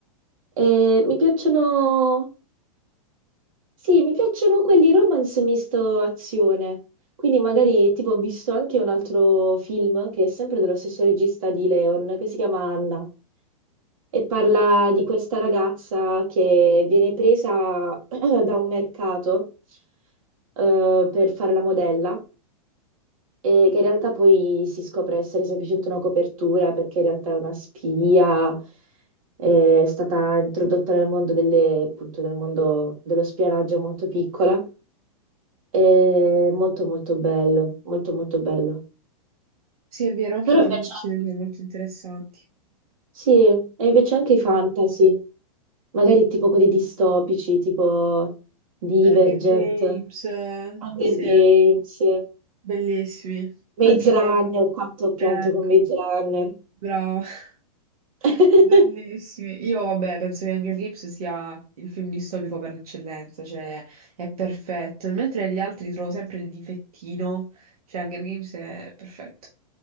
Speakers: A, on the right (about 65°); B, on the right (about 90°).
A: Eh, mi piacciono sì, mi piacciono quelli romance misto azione. Quindi magari, tipo, ho visto anche un altro film che è sempre dello stesso regista di Leon, che si chiama Anna, e parla
B: Mm.
A: di questa ragazza che viene presa <clears throat> da un mercato eh, per fare la modella e che in realtà poi si scopre essere semplicemente una copertura perché in realtà è una spia, è stata introdotta nel mondo delle, appunto, nel mondo dello spionaggio molto piccola è molto molto bello, molto molto bello.
B: Sì, è vero, anche
A: Però
B: i film
A: mi piace
B: di solito
A: anche,
B: sono molto interessanti.
A: sì, e mi piace anche i fantasy, magari tipo quelli distopici, tipo Divergent,
B: Hunger Games, eh,
A: Hunger
B: sì,
A: Games,
B: bellissimi.
A: Maze
B: Anche lei.
A: Runner, quanto ho pianto
B: Ecco,
A: con Maze Runner.
B: bravo,
A: <laughs>
B: <laughs> bellissimi. Io vabbè, penso che Hunger Games sia il film distopico per l'eccellenza, cioè è perfetto. Mentre gli altri trovo sempre il difettino, cioè Hunger Games è perfetto.